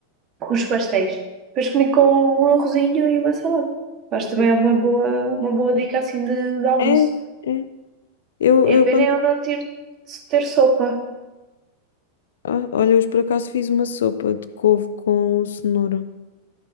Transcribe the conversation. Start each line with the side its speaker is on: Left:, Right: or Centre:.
Right: os pastéis. Depois comi com um arrozinho e uma salada. Mas também é uma boa, uma boa dica assim de, de almoço.
Left: É, é. Eu, eu
Right: É pena
Left: quando.
Right: eu não ter, ter sopa.
Left: Ah, olha, hoje por acaso fiz uma sopa de couve com cenoura.